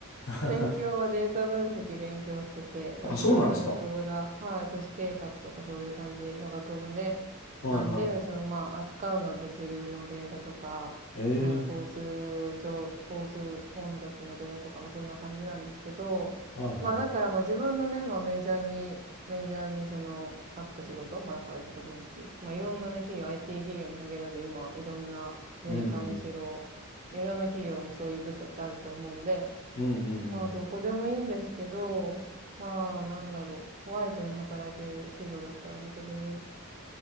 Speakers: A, on the left; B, on the right.
A: <laughs>
B: 勉強はデータ分析勉強してて、まあ、
A: あ、
B: 自分の学部が、
A: そうなんですか。
B: はい、都市計画とかそういう感じの学部で、
A: はいは
B: なんで、そのまあ、扱うのは物流のデータとか、
A: い。
B: なんか交通上、
A: ええ
B: 交通混雑のデータとか、まあ、そんな感じなんですけど、
A: はいはい。
B: まあ、だからまあ、自分のね、まあ、メジャーに、メジャーにその、あった仕事、まあ、だからデータ分析、まあ、いろんなね、企業、IT 企業に限らず、今、いろんなメーカーにしろ、
A: うんうん。
B: いろんな企業もそういう部署ってあると思うんで、
A: うんうんうん。
B: まあ、どこでもいいんですけど、まあ、なんだろう。ホワイトに働ける企業だったらどこでもいいです。